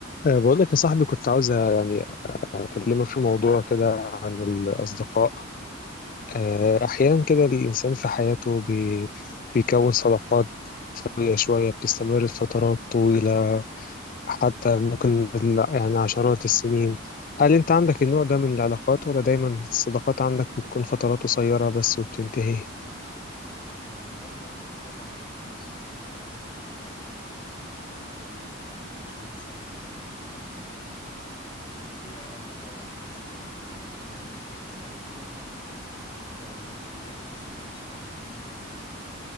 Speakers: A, on the left; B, on the left.
A: أه، بقول لك يا صاحبي كنت عاوز يعني أكلمك في موضوع كده عن الأصدقاء أه، أحيانا كده الإنسان في حياته بي بيكون صداقات شوية شوية بتستمر لفترات طويلة حتى ممكن بال- يعني عشرات السنين هل أنت عندك النوع ده من العلاقات ولا دايما الصداقات عندك بتكون فترات قصيرة بس وبتنتهي؟
B: آه لا موجود طبعا في ناس صحابي بقالهم كتير قوي يعني ممكن أقول لك عشرين سنة مثلا وأكتر وفي أقل طبعا بس آه يعني النقطة دي تحديدا آه هتلاقي مثلا صحابك اللي هم من